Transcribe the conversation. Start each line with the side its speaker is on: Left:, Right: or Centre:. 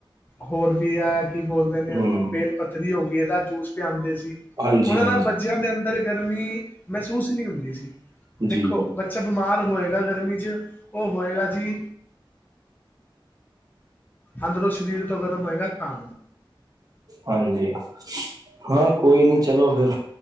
Left: ਹੋਰ ਵੀ ਐ। ਕੀ ਬੋਲਦੇ ਨੇ ਇਹਨੂੰ
Right: ਹਮ
Left: ਬੇਲ ਪੱਥਰੀ ਹੋ ਗਈ, ਇਹਦਾ ਜੂਸ ਪੀਆਂਦੇ ਸੀ।
Right: ਹਾਂਜੀ
Left: ਉਹਨਾ
Right: ਹਾਂਜੀ
Left: ਨਾਲ ਬੱਚਿਆਂ ਦੇ ਅੰਦਰ ਗਰਮੀ ਮਹਿਸੂਸ ਨਹੀਂ ਹੁੰਦੀ ਸੀ।
Right: ਜੀ
Left: ਦੇਖੋ,
Right: ਬਿਲਕੁਲ,
Left: ਬੱਚਾ ਬਿਮਾਰ ਹੋਏਗਾ ਗਰਮੀ 'ਚ ਉਹ ਹੋਏਗਾ ਜੀ ਅੰਦਰੋਂ ਸਰੀਰ ਤੋਂ ਗਰਮ ਹੋਏਗਾ ਤਾਂ
Right: ਹਾਂਜੀ। ਹਾਂ, ਕੋਈ ਨੀ ਚਲੋ ਫੇਰ